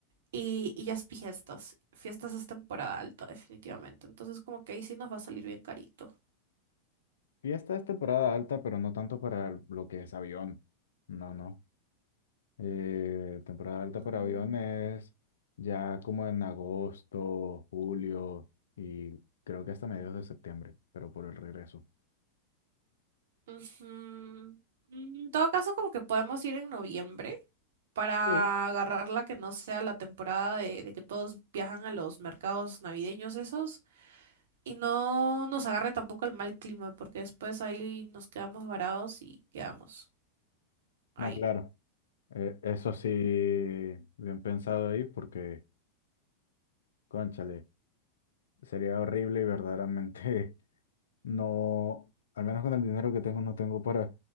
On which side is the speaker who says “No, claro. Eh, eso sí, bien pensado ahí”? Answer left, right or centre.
Left